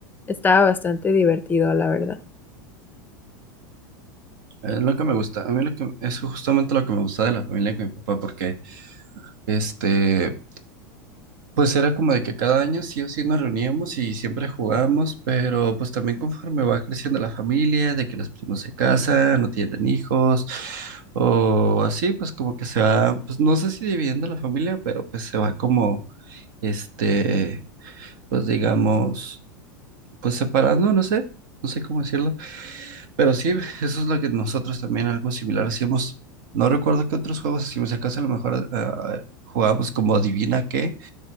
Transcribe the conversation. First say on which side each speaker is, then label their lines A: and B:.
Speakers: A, on the left (about 15°); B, on the right (about 70°).
A: estaba bastante divertido, la verdad.
B: Es lo que me gusta, a mí lo que, es justamente lo que me gusta de la familia con mi papá porque este... Pues era como de que cada año sí o sí nos reuníamos y siempre jugábamos, pero pues también conforme va creciendo la familia, de que los primos se casan, no tienen hijos, o así, pues como que se va, pues no sé si dividiendo la familia, pero pues se va como, este, pues digamos, pues separando, no sé, no sé cómo decirlo, pero sí, eso es lo que nosotros también algo similar hacíamos. No recuerdo qué otros juegos hacíamos, si acaso a lo mejor ah, jugábamos como adivina qué